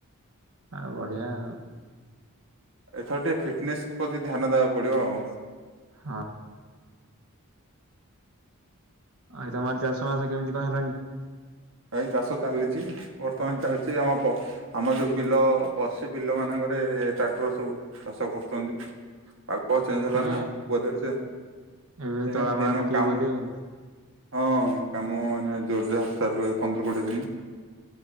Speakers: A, on the right (about 80°); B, on the right (about 65°).
A: ଆଉ ବଢିଆ ଆଉ।
B: ଏଥର ଟିକେ ଫିଟନେସ୍ ପ୍ରତି ଧ୍ୟାନ ଦେବାକୁ ପଡ଼ିବ ଆଉ।
A: ହଁ। ଆଉ ତମ ଆଡ଼େ ଚାଷ ମାସ କେମିତି କଣ ହେଲାଣି?
B: ଭାଇ ଚାଷ ଚାଲିଚି ବର୍ତ୍ତମାନ ଚାଲିଚି ଆମ ଆମର ଯୋଉ ବିଲ ଅ ପଶି ବିଲ ମାନଙ୍କରେ ଟ୍ରାକ୍ଟର ସବୁ ଚାଷ କରୁଛନ୍ତି। ପାଗ ଚେଞ୍ଜ ହେଲା
A: ଏବେ
B: ନା ୱେଦର୍
A: ଏବେ ତଳା
B: ଚେଞ୍ଜ
A: ମଳା
B: ହେଇନା
A: ପକେଇବ
B: କାମ
A: ବୋଧେ ଆଉ।
B: ହଁ କାମ ଏଇନା ଜୋରଯାର ଚାଲୁ ପନ୍ଦର କୋଡିଏ ଦିନି।